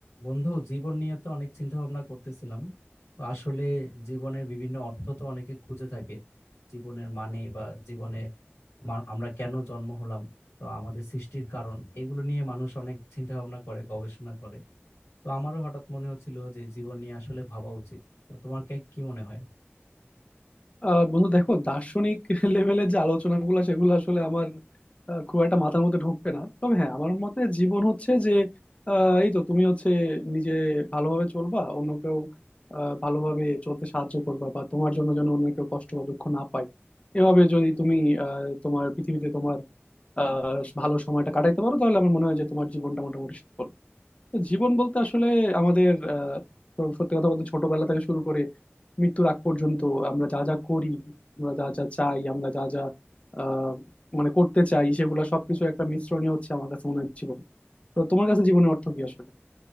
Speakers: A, on the left; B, on the left.
A: বন্ধু জীবন নিয়ে তো অনেক চিন্তা ভাবনা করতেছিলাম তো আসলে জীবনের বিভিন্ন অর্থ তো অনেকে খুঁজে থাকে জীবনের মানে বা জীবনে মা- আমরা কেন জন্ম হলাম তো আমাদের সৃষ্টির কারণ এগুলো নিয়ে মানুষ অনেক চিন্তা ভাবনা করে গবেষণা করে তো আমারও হঠাৎ মনে হচ্ছিল যে জীবন নিয়ে আসলে ভাবা উচিত তো তোমার কে- কি মনে হয়
B: আহ বন্ধু দেখো দার্শনিক <laughs> লেভেলের যে আলোচনাগুলো সেগুলো আসলে আমার আহ, খুব একটা মাথার মধ্যে ঢোকে না তবে হ্যাঁ আমার মতে জীবন হচ্ছে যে আহ, এই তো তুমি হচ্ছে নিজে ভালোভাবে চলবা অন্য কেউ আহ, ভালোভাবে চলতে সাহায্য করবা বা তোমার জন্য যেন অন্য কেউ কষ্ট বা দুঃখ না পায় এভাবে যদি তুমি আহ, তোমার পৃথিবীতে তোমার আহ, ভালো সময়টা কাটাইতে পারো তাহলে আমার মনে হয় যে তোমার জীবনটা মোটামুটি সফল তো জীবন বলতে আসলে আমাদের আহ, স- সত্যি কথা বলতে ছোটবেলা থেকে শুরু করে মৃত্যুর আগ পর্যন্ত আমরা যা যা করি আমরা যা যা চাই আমরা যা যা আহ, মানে করতে চাই সেগুলো সবকিছু একটা মিশ্রণই হচ্ছে আমার কাছে মনে হয় জীবন তো তোমার কাছে জীবনের অর্থ কি আসলে